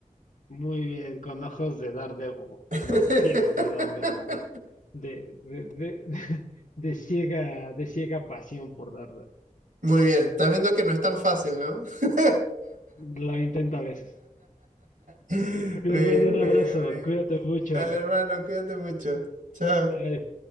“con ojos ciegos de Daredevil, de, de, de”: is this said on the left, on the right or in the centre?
Left